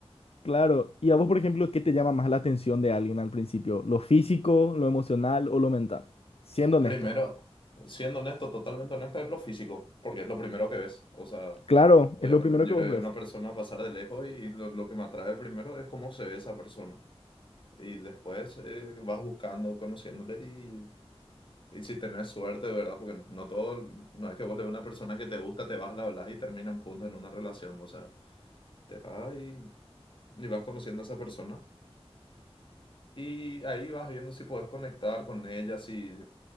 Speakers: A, on the left; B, on the left.
A: Claro. ¿Y a vos, por ejemplo, qué te llama más la atención de alguien al principio? ¿Lo físico, lo emocional o lo mental? Siendo honesto.
B: Primero, siendo honesto, totalmente honesto, es lo físico, porque es lo primero que ves. O sea,
A: Claro,
B: obviamente,
A: es lo primero
B: yo
A: que
B: le
A: vos
B: veo
A: ves.
B: a una persona pasar de lejos y lo, lo que me atrae primero es cómo se ve esa persona. Y después eh, vas buscando, conociéndole Y si tenés suerte, de verdad, porque no todo, no es que vos le veas a una persona que te gusta, te vas, la hablas y terminan juntos en una relación. O sea, te vas y, y vas conociendo a esa persona. Y ahí vas viendo si puedes conectar con ella, si,